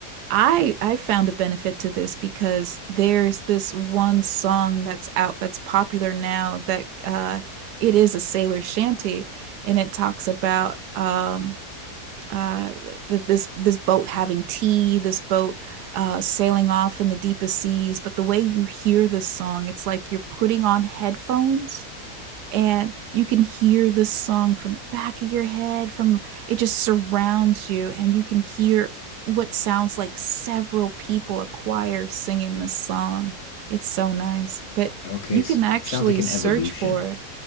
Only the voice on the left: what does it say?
Okay,
so
it sounds like an
evolution.